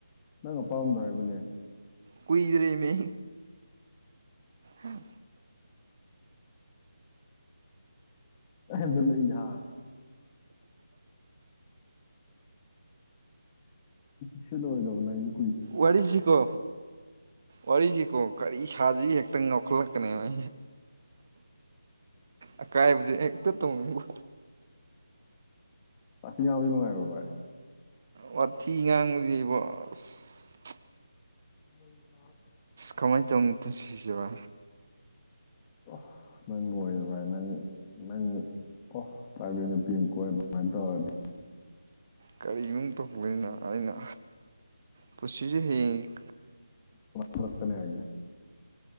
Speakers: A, on the left (about 20°); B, on the right (about 40°).
A: ꯅꯪ ꯑꯄꯥꯝꯕꯗꯣ ꯍꯥꯏꯕꯅꯦ
B: ꯀꯨꯏꯖꯔꯦ ꯃ ꯍꯝ
A: ꯑꯦꯗ ꯂꯩꯍ ꯁꯤꯗ ꯑꯣꯏꯗꯕꯅꯗꯤ
B: ꯋꯥꯔꯤꯁꯤꯀꯣ ꯋꯥꯔꯤꯁꯤꯀꯣ ꯀꯔꯤ ꯁꯥꯁꯤ ꯍꯦꯛꯇꯪ ꯉꯣꯛꯈꯠꯂꯛ ꯆꯀꯅꯦ ꯑꯀꯥꯏꯕꯁꯦ ꯍꯦꯛꯇ ꯇꯧꯅꯤꯡꯕ
A: ꯑ ꯊꯒꯤ ꯅꯨꯡꯉꯥꯏ ꯑꯣꯏꯚꯥꯏ
B: ꯑꯣ ꯐꯤꯒꯥꯡꯕ ꯌꯩꯕ <unintelligible>
A: ꯃꯣꯏꯖ
B: ꯀꯃꯥꯏ ꯇꯝ ꯁꯤꯖ
A: ꯑꯣ ꯅꯪ ꯂꯣꯏꯔꯦ ꯚꯥꯏ ꯅꯪ ꯅꯪ ꯑꯣ ꯄꯥꯏꯕꯤ ꯅꯨꯄꯤ ꯑꯃ ꯀꯣꯏ ꯑꯗꯨꯃꯥꯏꯅ ꯇꯧꯔꯗꯤ
B: ꯀꯔꯤꯒꯤꯅꯣ ꯇꯧꯕꯅꯤꯅ ꯑꯩꯅ ꯄꯨꯁꯤꯦ ꯍꯦꯛ
A: ꯃꯔꯛꯇꯅꯦ ꯍꯥꯏꯏꯌꯦ